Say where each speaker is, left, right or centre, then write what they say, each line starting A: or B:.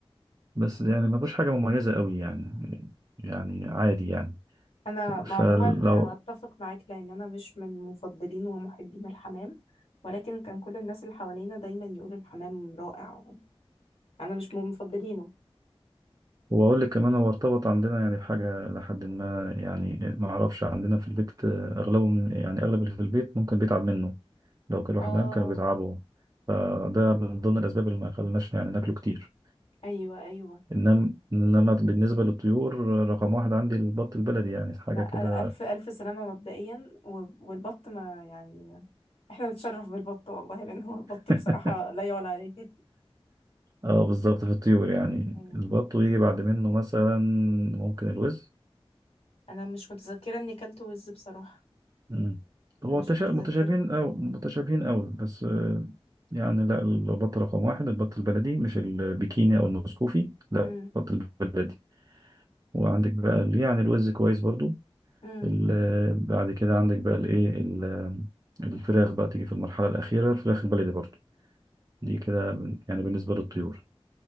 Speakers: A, on the right; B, on the left.
A: بس يعني ما فيهوش حاجة مميزة قوي يعني يعني عادي يعني
B: انا
A: فلو
B: عموما انا اتفق معاك لان انا مش من مفضلين ومحبين الحمام ولكن كان كل الناس اللي حوالينا دايما يقولوا الحمام رائع انا مش من مفضلينه
A: وأقول لك كمان هو ارتبط عندنا يعني بحاجة لحد ما يعني ما أعرفش عندنا في البيت آه، أغلبه من يعني أغلب اللي في البيت ممكن بيتعب منه لو كانوا
B: اه
A: حمام كانوا بيتعبوا فده من ضمن الأسباب اللي ما خلناش يعني ناكله كتير
B: ايوه ايوه
A: إنما إنما بالنسبة للطيور آه، رقم واحد عندي البط البلدي يعني حاجة
B: لا
A: كده
B: ألف ألف سلامة مبدئيا و- والبط ما يعني احنا نتشرف بالبط والله لأن هو البط
A: <laughs>
B: بصراحة لا يعلى عليه <laughs>
A: اه بالظبط في الطيور يعني
B: أيوة.
A: البط ويجي بعد منه مثلا ممكن الوز
B: أنا مش متذكرة إني كلت وز بصراحة
A: مم. هو
B: مش
A: تشا-
B: متذكرة
A: متشابهين أو متشابهين أوي بس آه، يعني لا البط رقم واحد البط البلدي مش البكيني أو المسكوفي لا
B: مم.
A: البط البلدي وعندك بقى ال- يعني الوز كويس برضو
B: مم.
A: ال- بعد كده عندك بقى الإيه ال- الفراخ بقى تيجي في المرحلة الأخيرة الفراخ البلدي برضو دي كده من- يعني بالنسبة للطيور